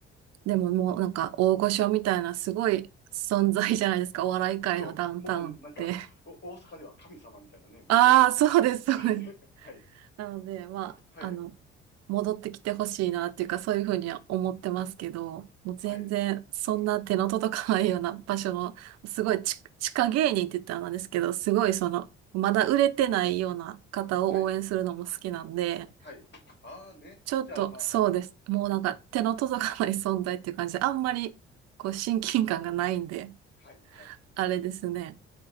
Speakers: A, on the right (about 50°); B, on the left (about 30°).
A: でももうなんか大御所みたいなすごい存在じゃないですか。お笑い界のダウンタウンって。
B: そう。もう、なんか、お、大阪では神様みたいなね、なんか。
A: ああ、そうです、そうです。
B: はい、はい、
A: なので、まあ、
B: はい、
A: あの、戻ってきてほしいなっていうか、そういうふうには思ってますけど、もう全然、
B: はい、はい。
A: そんな手の届かないような場所の、
B: うん。
A: すごいち地下芸人って言ったらなんですけど、すごいその、
B: はい、
A: まだ売れてないような方を応援するのも好きなんで、
B: はい、はい。ああね。
A: ちょっとそうです。
B: じゃあまあ、
A: もうなんか手の届かない存在っていう感じで、あんまりこう親近感がないんで、
B: はい、はい。
A: あれですね。